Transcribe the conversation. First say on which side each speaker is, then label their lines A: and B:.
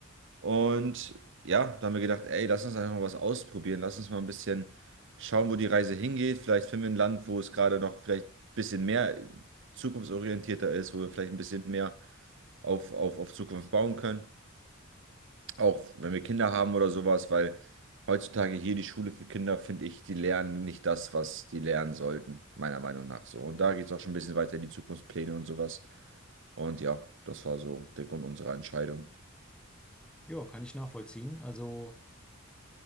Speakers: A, on the right; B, in the centre.
A: Und ja, da haben wir gedacht, ey, lass uns einfach mal was ausprobieren. Lass uns mal ein bisschen schauen, wo die Reise hingeht. Vielleicht finden wir ein Land, wo es gerade noch vielleicht ein bisschen mehr zukunftsorientierter ist, wo wir vielleicht ein bisschen mehr auf, auf, auf Zukunft bauen können. Auch wenn wir Kinder haben oder sowas, weil heutzutage hier die Schule für Kinder, finde ich, die lernen nicht das, was die lernen sollten, meiner Meinung nach so. Und da geht es auch schon ein bisschen weiter in die Zukunftspläne und sowas. Und ja, das war so der Grund unserer Entscheidung.
B: Ja, kann ich nachvollziehen. Also.